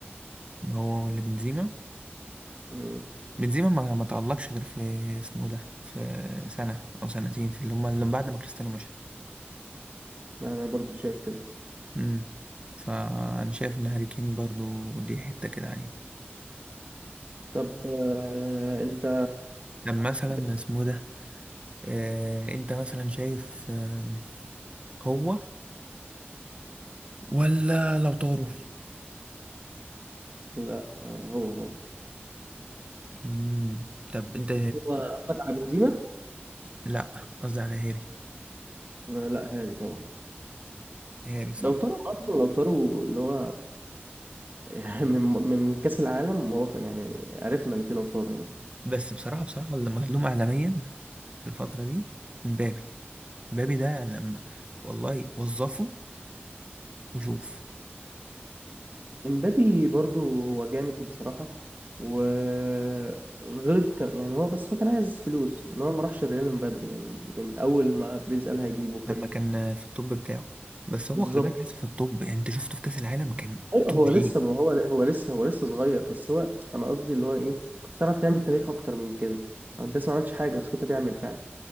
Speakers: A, on the right (about 30°); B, on the right (about 45°).
A: هو ولا بنزيما
B: مم.
A: بنزيما ما ما تعلقش غير في اسمه ده في سنة أو سنتين في اللي هما اللي بعد ما كريستيانو مشى
B: أنا برضو شايف كده
A: امم فأنا شايف إن هاري كين برضه ليه حتة كده عليه
B: طب آه، أنت
A: طب مثلا
B: بت...
A: اسمه ده آه أنت مثلا شايف آه هو ولا لو طاروا
B: لا آه، هو طبعا
A: امم طب أنت
B: هو قصدك على بنزيما؟
A: لا قصدي على هاري
B: آه، لا هاري طبعا
A: هاري صح
B: لو طاروا أصلا لو طاروا اللي هو <laughs> من من كأس العالم هو خ- يعني عرفنا اللي فيه لو طاروا يعني
A: بس بصراحة بصراحة اللي مظلوم إعلاميا في الفترة دي مبابي مبابي ده لما والله وظفه وشوف
B: امبابي برضو هو جامد بصراحة وغلط كم يعني هو بس هو كان عايز فلوس ان هو ما راحش الريال من بدري يعني من اول ما بريز قال هيجيبه كده
A: لما كان في الطب بتاعه بس هو
B: بالظبط
A: خلي بالك لسه في الطب يعني انت شفته في كأس العالم كان
B: ايوه
A: توب
B: هو
A: جي
B: لسه ما هو هو لسه هو لسه صغير بس هو انا قصدي اللي هو ايه كنت تعرف تعمل تاريخ اكتر من كده او انت لسه ما عملتش حاجة بس كنت تعمل فعلا